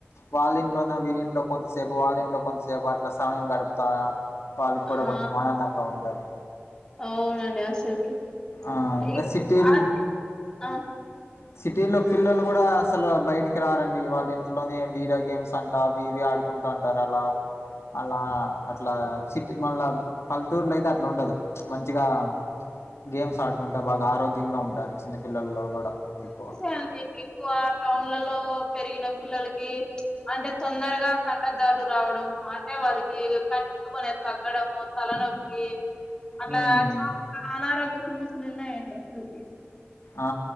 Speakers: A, on the left; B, on the left.
A: వాళ్ళ ఇంట్లోన వీళ్ళంట్లో కొంతసేపు వాళ్ళ ఇంట్లో కొంతసేపు అట్లా సమయం గడుపుతా వాళ్ళ కూడా
B: ఆ
A: కొంచెం ఆనందంగా ఉంటది
B: అవునండి అసలుకి
A: ఆ ఇంకా
B: ఇ-
A: సిటీల్
B: అది ఆ
A: సిటీలో పిల్లలు కూడా అసలు బయటికి రారండి వాళ్ళ ఇంట్లోనే వీడియో గేమ్స్ అంట అవి ఇవి ఆడుకు కొకుంటుంటారు అలా అలా అట్లా సిటీ మళ్ళా పల్లెటూరులో అయితే అట్లా ఉండదు మంచిగా గేమ్స్ ఆడుకుంటా బాగా ఆరోగ్యంగా ఉంటారు చిన్నపిల్లల్లో కూడా ఎక్కువ
B: అ ఎక్కువ టౌన్లలో పెరిగిన పిల్లలకి అంటే తొందరగా కంటదాలు రావడము అంటే వాళ్ళకి కంటి చూపు అనేది తగ్గడము తలనొప్పి అట్లా
A: మ్మ్.
B: చాలా అనారోగ్య సమస్యలు ఉన్నాయండి అసలుకి
A: ఆ